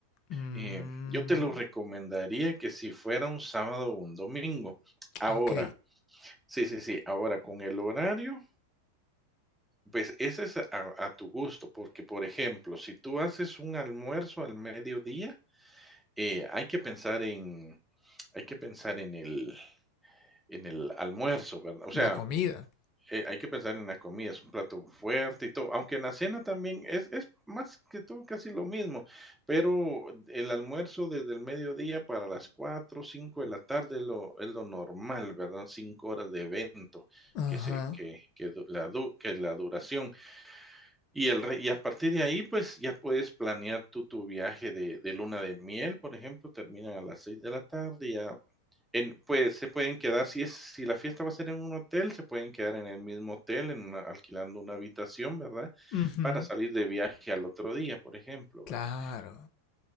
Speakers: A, on the left; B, in the centre.
A: Mmm.
B: eh, yo te lo recomendaría que si fuera un sábado o un domingo. Ahora,
A: Ok.
B: sí, sí, sí, ahora con el horario. Pues ese es a a tu gusto, porque, por ejemplo, si tú haces un almuerzo al mediodía, eh, hay que pensar en hay que pensar en el en el almuerzo, ¿verdad? O sea,
A: La comida.
B: eh, hay que pensar en la comida, es un plato fuerte y todo, aunque en la cena también es es más que todo casi lo mismo, pero el almuerzo desde el mediodía para las 4, 5 de la tarde es lo es lo normal, ¿verdad? 5 horas de evento
A: Ajá.
B: que se que que du la du que la duración. Y el re y a partir de ahí, pues, ya puedes planear tú tu viaje de de luna de miel, por ejemplo, termina a las 6 de la tarde, ya en pues, se pueden quedar, si es si la fiesta va a ser en un hotel, se pueden quedar en el mismo hotel, en una alquilando una habitación, ¿verdad?
A: Ujú.
B: Para salir de viaje al otro día, por ejemplo, ¿verdad?
A: Claro.